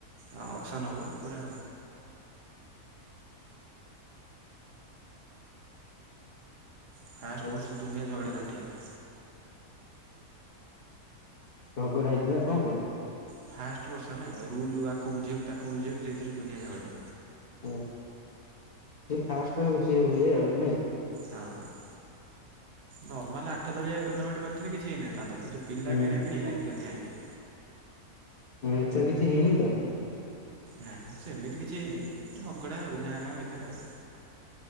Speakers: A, on the right (about 45°); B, on the left (about 40°).
A: ହଁ ଅକ୍ସନ୍ ହେବ ପୁରା ଫାଷ୍ଟ
B: ଆଉ
A: ବର୍ଷ ଦୁନିଆ ଝଗଡ଼ାଝାଣ୍ଟି
B: ହୁଁ
A: ହେଲା।
B: ଝଗଡ଼ ହେଇଥିଲା କଣ ପାଇଁ?
A: ଫାଷ୍ଟ ବର୍ଷ ନା ରୁଲ ଆକୁ ବୁଝେଇବୁ, ତାକୁ ବୁଝେଇବୁ, ସେଇଥିରେ ଦୁନିଆ ଝଗଡ଼ା।
B: ହଁ ଫାଷ୍ଟ ସ ହଏ ଆଉ ନାଇଁ।
A: ହଁ ଅଁ। ନର୍ମାଲ ଆଠ ଦଳିଆ ଟୁର୍ଣ୍ଣାମେଣ୍ଟ କଥ କିଛି ହେଇନଥାନ୍ତା ଏ ଯେଉଁ ପିଲା
B: ହୁଁ
A: କିଣାକଣିରେ ଦୁନିଆ ଇଏ।
B: ହଁ ଏଥର କିଛି ହେଇନି ତ?
A: ନା ସେମିତି କିଛି ହେଇନି ଅଗଡ଼ା ଆଉ ଗାଁ ଗାଁ ଭିତରେ ଆଉ।